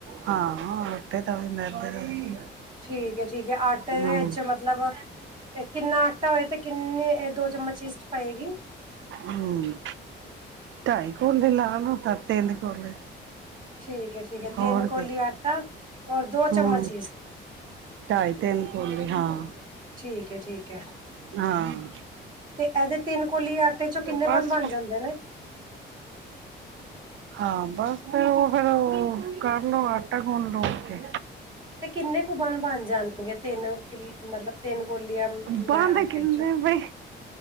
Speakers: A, on the right; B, on the right.
A: ਹਾਂ, ਆਟੇ ਦਾ ਵੀ, ਮੇਦੇ ਦਾ ਵੀ।
B: ਠੀਕ ਹੈ ਠੀਕ ਹੈ, ਆਟੇ
A: ਹੂੰ
B: ਦੇ ਵਿੱਚ ਮਤਲਬ, ਇਹ ਕਿੰਨਾ ਆਟਾ ਹੋਏ? ਤੇ ਕਿੰਨ ਇਹ ਦੋ ਚਮਚ ਈਸਟ ਪਏਗੀ
A: ਹੂੰ, ਢਾਈ <unintelligible> ਤਿੰਨ ਕੋਲੇ।
B: ਠੀਕ ਹੈ ਠੀਕ ਹੈ, ਤਿੰਨ
A: ਹੋਰ
B: ਕੋਲੀ
A: ਕੇ
B: ਆਟਾ, ਔਰ ਦੋ
A: ਹੂੰ
B: ਚਮਚ ਚੀਜ਼।
A: ਢਾਈ ਤਿੰਨ ਕੋਲੀ ਹਾਂ,
B: ਠੀਕ ਹੈ ਠੀਕ ਹੈ
A: ਹਾਂ।
B: ਤੇ ਏਹਦੇ ਤਿੰਨ ਕੋਲੀ ਆਟੇ ਚੋਂ, ਕਿੰਨੇ
A: ਬਸ
B: ਬਣ-ਬਣ ਜਾਂਦੇ ਨੇ?
A: ਹਾਂ। ਬਸ ਫਿਰ ਉਹ ਫਿਰ ਉਹ, ਕਰ ਲੋ, ਆਟਾ ਗੁੰਨ ਲੋ ਉੱਥੇ।
B: ਤੇ ਕਿੰਨੇ ਕੁੂ ਬਣ, ਬਣ ਜਾਣਗੇ? ਤਿੰਨ ਕਿ ਮਤਲਬ ਤਿੰਨ ਕੋਲੀਆਂ
A: ਬੰਦ
B: ਮੈਂ ਆਟੇ
A: ਕਿੰਨੇ
B: ਚ
A: ਬਈ?